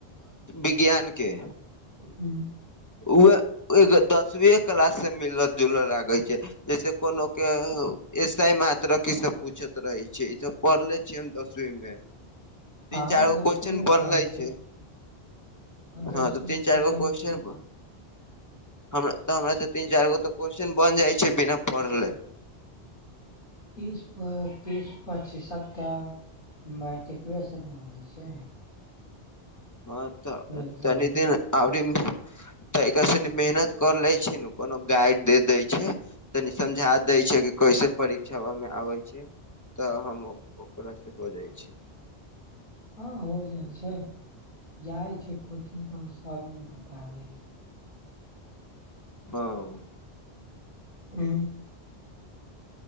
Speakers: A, on the left; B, on the left.
A: विज्ञान के।
B: हँ।
A: उह ए दसवी क्लास से मिलत जुलऽ लागे छै। जैसे कोनोक के। ऐसे मात्र क सब पूछत रहे छै ई सब पढ़ले छियै हम दसवी मे तीन
B: हँ
A: चार
B: दसवीं
A: क्वेश्चन
B: मे
A: बनलै
B: पढ़ै
A: छै। हँ
B: दसवीं
A: तऽ तीन
B: मे
A: चार
B: पूछै
A: गो क्वेशन।
B: ने छै
A: तऽ हमरा त तीन चारि गो तऽ क्वेशस््चन बन जाइ छै बिना पढ़ले।
B: तीस प तीस पची सत्तररि। मैट्रिकए सरमे अबै छै।
A: हँ तऽ
B: ट्वेल्थवा
A: तनि
B: मे
A: दिन आब। तऽ एकर से मेहनत कर ले छै ने कोनो गाइड दे दै छै। तनी समझा दै छै कि कैसे परीक्षामे आबै छै। तऽ हम ओकरासँ हो जाइ छै।
B: हँ हो जाइ छै जाइ छै कोचिंग तऽ ओ सब ने बता दै छै।
A: हँ।
B: हू।